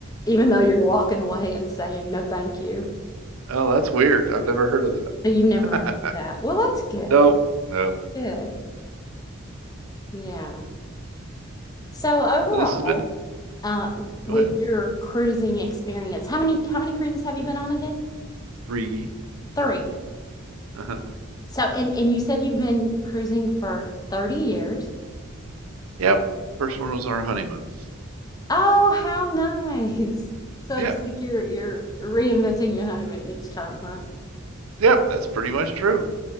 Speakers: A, on the left (about 15°); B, on the right (about 80°).
A: even though you're walking away and saying no thank you.
B: oh, that's weird. I've never heard of
A: So you've never
B: that.
A: run into that.
B: <laughs>
A: Well, that's good.
B: Nope, no.
A: That's good. Yeah. So overall,
B: Well, this has been
A: uh, with
B: go ahead.
A: your cruising experience, how many how many cruises have you been on again?
B: Three.
A: Three.
B: Uh-huh.
A: So and and you said you've been cruising for 30 years.
B: Yep. First one was on our honeymoon.
A: Oh, how nice. <laughs> So
B: Yep.
A: it's like you're you're reinventing your honeymoon each time, huh?
B: Yep, that's pretty much true.